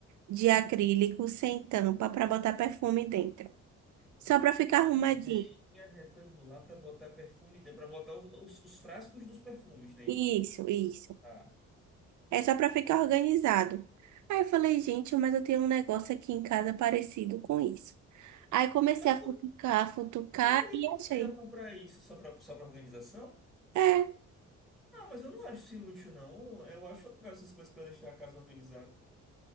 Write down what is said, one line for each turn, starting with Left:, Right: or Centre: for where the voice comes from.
Right: de acrílico sem tampa para botar perfume dentro. Só para ficar arrumadinho.
Centre: Uma caixinha retangular para botar perfume, para botar os, os- os frascos dos perfumes, não é isso?
Right: Isso, isso.
Centre: Ah.
Right: É só para ficar organizado. Aí eu falei, gente, mas eu tenho um negócio aqui em casa parecido com isso. Aí comecei
Centre: Mas,
Right: a futucar, futucar
Centre: mas para que
Right: e
Centre: que você
Right: achei.
Centre: ia comprar isso? Só para só para organização?
Right: É.
Centre: Ah, mas eu não acho isso inútil, não. Eu acho legal essas coisas para deixar a casa organizada.